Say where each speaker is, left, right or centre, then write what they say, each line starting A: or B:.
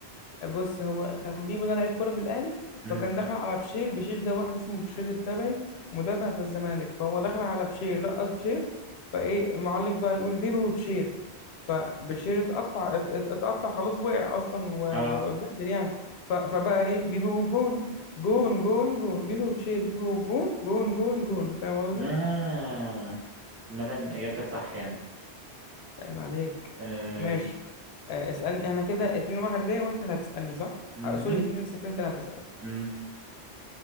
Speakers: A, on the left; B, on the right.
A: بص هو كان بيبو ده لعيب كرة في الأهلي
B: مم.
A: فكان دخل على بشير بشير ده واحد اسمه بشير التبعي مدافع في الزمالك فهو دخل على بشير رقص بشير فإيه المعلق بقى يقول بيبو وبشير فبشير اتقطع ات- ات- اتقطع خلاص وقع أصلا و-
B: اه
A: واتبهدل يعني ف- فبقى إيه بيبو والجون جون جون جون بيبو وبشير بيبو والجون جون جون جون فاهم قصدي؟
B: اه مثلا إجابتك صح يعني
A: عيب عليك
B: أه...
A: ماشي آه، اسألني أنا كده 2-1 ليه وأنت اللي هتسألني صح؟
B: مهم.
A: آه، سوري 2-0 أنت اللي هتسأل
B: مم.